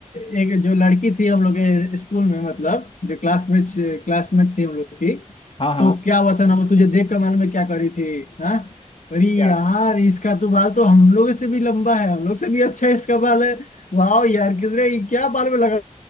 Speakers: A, on the left; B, on the left.
A: <laughs> एक जो लड़की थी हम लोग के स्कूल में मतलब जो क्लासमेट क्लासमेट थी हम लोग की
B: हाँ
A: तो
B: हाँ
A: क्या हुआ था ना वो तुझे देख कर मालूम है क्या करी थी हाँ अरे यार
B: क्या
A: इसका तो बाल तो हम लोग से भी लंबा है हम लोग से भी अच्छा है इसका बाल है वाह यार कितने क्या बाल में लगा